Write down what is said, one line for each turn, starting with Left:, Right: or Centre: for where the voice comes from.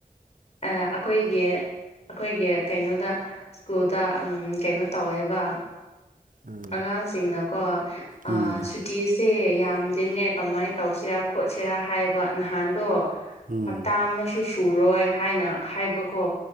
Left: ꯑ ꯑꯩꯈꯣꯏꯒꯤ ꯑꯩꯈꯣꯏꯒꯤ ꯀꯩꯅꯣꯗ ꯁ꯭ꯀꯨꯜꯗ ꯀꯩꯅꯣ ꯇꯧꯋꯦꯕ
Right: ꯎꯝ
Left: ꯑꯉꯥꯡꯁꯤꯡꯅꯀꯣ
Right: ꯎꯝ
Left: ꯁꯨꯇꯤꯁꯦ ꯌꯥꯝꯗ꯭ꯔꯤꯅꯦ ꯀꯃꯥꯏꯅ ꯇꯧꯁꯤꯔꯥ ꯈꯣꯠꯁꯤꯔꯥ ꯍꯥꯏꯕ ꯅꯍꯥꯟꯗꯣ
Right: ꯎꯝ
Left: ꯍꯞꯇꯥ ꯑꯃꯁꯨ ꯁꯨꯔꯣꯏ ꯍꯥꯏꯅ ꯍꯥꯏꯕꯀꯣ